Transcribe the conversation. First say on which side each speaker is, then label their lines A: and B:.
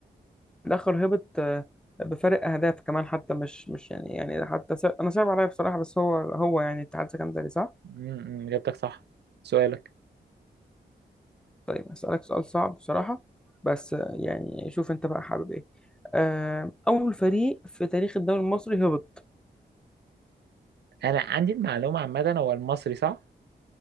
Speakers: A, in the centre; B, on the right.
A: في الاخر هبط آه، بفارق اهداف كمان حتى مش مش يعني يعني حتى س... انا صعب عليا بصراحه بس هو هو يعني اتحاد سكندري صح
B: امم اجابتك صح سؤالك
A: طيب هسألك سؤال صعب بصراحه بس آه، يعني شوف انت بقى حابب ايه آه، اول فريق في تاريخ الدوري المصري هبط
B: انا عندي المعلومه عامه هو المصري صح